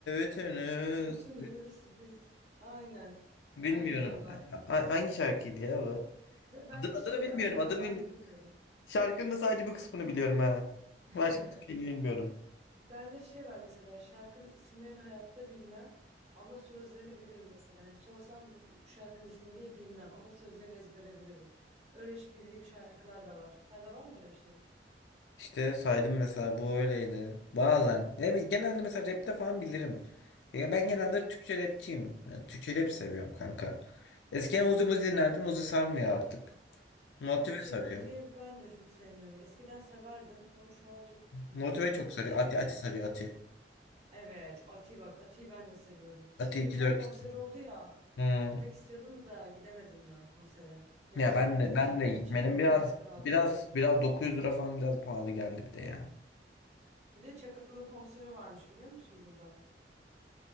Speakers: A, on the left (about 80°); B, on the right (about 35°).
A: bütünüz.
B: Bütünüz biz. Aynen.
A: Bilmiyorum.
B: Aynen ondan.
A: Ha- Hangi şarkıydı ya bu?
B: Ve bende
A: Adını,
B: şey
A: adını bilmiyorum,
B: var, sende
A: adını
B: var
A: bilmiyorum.
B: mı bilmiyorum.
A: Şarkının da sadece bu kısmını biliyorum ha.
B: <laughs>
A: Başka hiçbir şeyini bilmiyorum.
B: Bende şey var mesela şarkının isimlerini hayatta bilmem ama sözlerini bilirim mesela. Hani sorsam bu, bu şarkının ismini diye bilmem ama sözlerini ezbere bilirim. Öyle ş- bildiğim şarkılar da var. Sende var mı öyle bir şey?
A: İşte saydım mesela bu öyleydi. Bazen. Ya bi- genelde mesela rapte falan bilirim. Ya ben genelde Türkçe rapçiyim. Yani Türkçe rap seviyorum kanka. Eskiden Uzi Muzi
B: Hmm.
A: dinlerdim. Uzi sarmıyor artık. Motive
B: Uz- Şey,
A: sarıyor.
B: Uzi'yi ben de çok sevmiyorum. Eskiden severdim ama şu an çok dinlemiyorum
A: Motive çok
B: öyle
A: sarıyor.
B: şeyleri.
A: Ati Ati sarıyor Ati.
B: Evet, Ati bak Ati'yi ben de seviyorum. İşte
A: Ati
B: geçen
A: iki yüz kırk
B: konser
A: iki.
B: oldu ya.
A: Hmm.
B: Gitmek istiyordum da gidemedim ya konsere. Yoksa
A: Ya ben
B: e,
A: de ben
B: şeydi
A: de
B: içimde
A: benim
B: bir
A: biraz
B: ukde kaldı.
A: biraz biraz 900 lira falan biraz pahalı geldi bir de ya.
B: Bir de Çakal'ın konseri varmış biliyor musun buradan?